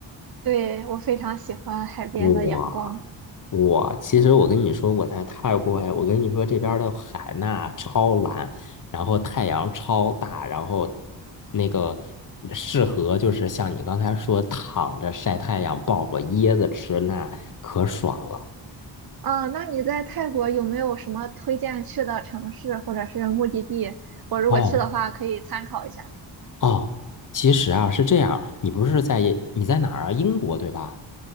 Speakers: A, on the right; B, on the left.
A: 对，我非常喜欢海边的阳光。
B: 哇，我其实我跟你说，我在泰国哎，我跟你说这边儿的海纳超蓝，然后太阳超大，然后那个适合就是像你刚才说躺着晒太阳，抱个椰子吃，那可爽了。
A: 啊，那你在泰国有没有什么推荐去的城市或者是目的地？我如果去的话，
B: 哦
A: 可以参考一下。
B: 哦，其实啊是这样，你不是在你在哪儿啊？英国对吧？